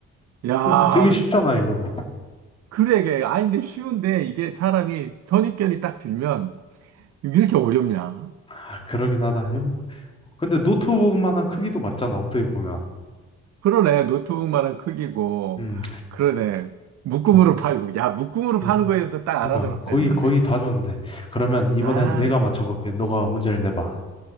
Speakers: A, on the right (about 60°); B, on the left (about 20°).
A: 야,
B: 이 되게 쉽잖아 이거
A: 그래, 이게. 아닌데 쉬운데, 이게 사람이 선입견이 딱 들면, 왜 이렇게 어렵냐?
B: 아 그러긴 하다 음, 근데 노트북만한 크기도 맞잖아 어떻게 보면
A: 그러네, 노트북만한 크기고,
B: 음
A: 그러네, 묶음으로
B: 좋아
A: 팔고. 야, 묶음으로 파는
B: 음.
A: 거에서 딱
B: 그러니까
A: 알아들었어야
B: 거의
A: 되는데.
B: 거의 다 줬는데 그러면 이번엔
A: 아,
B: 내가 맞춰볼게. 너가 문제를 내봐.